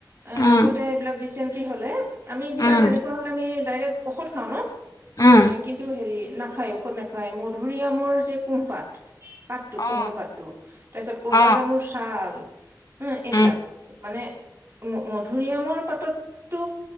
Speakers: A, on the right; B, on the left.
A: অ'
B: উম
A: আগতে এইবিলাক ৰিচেণ্ট। হলে। আমি এতিয়া
B: উম
A: তেনেকুৱা হলে আমি। ডাইৰেক্ট ঔষধ খাওঁ ন
B: উম
A: অ কিন্তু হেৰি নাখ খাই ঔষধ নাখায় মধুৰিআমৰ যে কুঁহপাত পাতটো
B: অ
A: কোমল পাতটো তাৰপিছত কলা
B: অ
A: জামুৰ ছাল উ', এইবিলাক
B: উম
A: মানে মধুৰি আমৰ পাততো